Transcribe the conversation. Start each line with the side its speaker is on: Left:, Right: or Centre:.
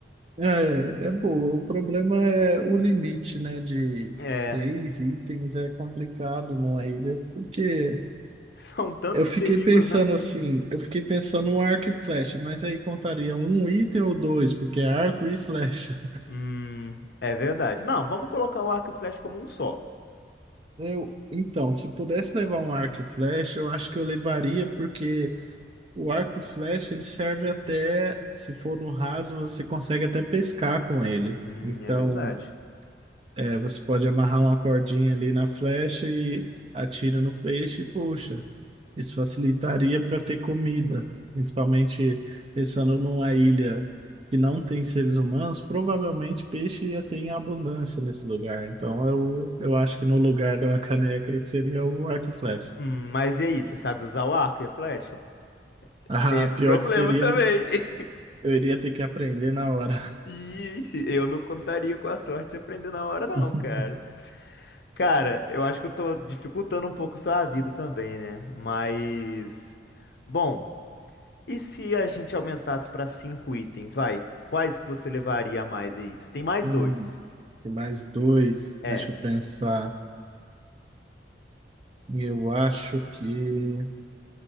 Right: É, é boa. O problema é o limite, né, de
Left: É,
Right: três itens é complicado numa ilha, porque
Left: <laughs> são tantos
Right: eu fiquei
Left: perigos,
Right: pensando
Left: né?
Right: assim, eu fiquei pensando no arco e flecha, mas aí contaria um item ou dois, porque é arco e flecha.
Left: Hum, é verdade. Não, vamos colocar o arco e flecha como um só.
Right: Eu, então, se pudesse levar um arco e flecha, eu acho que eu levaria, porque o arco e flecha ele serve até, se for no raso, você consegue até pescar com ele.
Left: Hum,
Right: Então
Left: é verdade.
Right: É, você pode amarrar uma cordinha ali na flecha e atira no peixe e puxa. Isso facilitaria para ter comida, principalmente pensando numa ilha que não tem seres humanos, provavelmente peixe ia ter em abundância nesse lugar. Então eu, eu acho que no lugar da caneca esse seria o arco e flecha.
Left: Hum, mas e aí, você sabe usar o arco e a flecha?
Right: Ah,
Left: Teve
Right: pior
Left: problema
Right: que seria,
Left: também. <laughs>
Right: eu iria ter que aprender na hora.
Left: Ixi, eu não contaria com a sorte de aprender na hora, não,
Right: <laughs>
Left: cara. Cara, eu acho que eu tô dificultando um pouco sua vida também, né? Mas. Bom, e se a gente aumentasse pra cinco itens, vai? Quais que você levaria a mais aí? Você tem mais
Right: Hum,
Left: dois.
Right: tem mais dois,
Left: É.
Right: deixa eu pensar. Eu acho que.